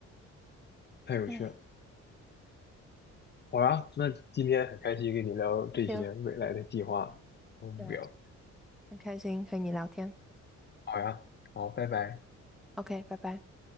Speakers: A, on the left; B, in the centre.
A: 太有趣了。
B: 哎，
A: 好呀，那今天很开心跟你聊这些未来的计划和目标。
B: 行，对，很开心和你聊天。
A: 好呀，好，拜拜。
B: OK，拜拜。